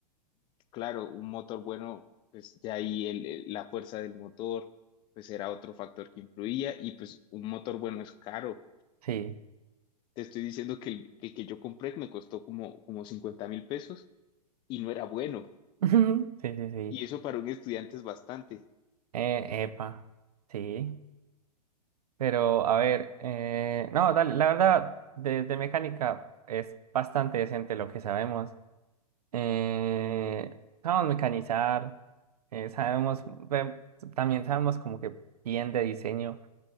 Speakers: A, on the left (about 25°); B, on the right (about 70°).
A: claro, un motor bueno, pues ya ahí el- el- la fuerza del motor, pues era otro factor que influía y pues un motor bueno es caro.
B: sí.
A: Te estoy diciendo que el, que el que yo compré me costó como, como cincuenta mil pesos y no era bueno.
B: <laughs> Ujú. Sí, sí, sí.
A: Y eso para un estudiante es bastante.
B: Eh, epa. Sí. Pero, a ver, eh, no, dale, la verdad, de, de mecánica es bastante decente lo que sabemos. Eh, sabemos mecanizar, eh, sabemos, ve- también sabemos como que bien de diseño.